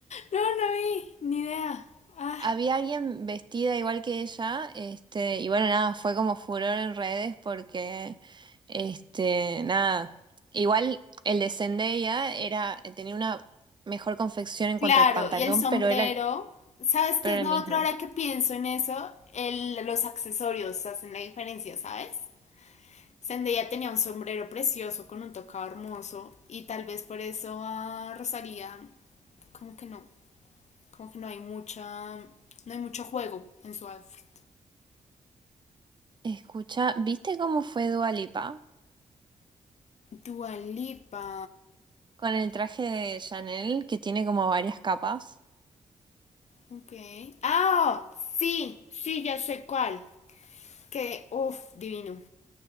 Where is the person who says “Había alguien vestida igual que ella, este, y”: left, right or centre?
Right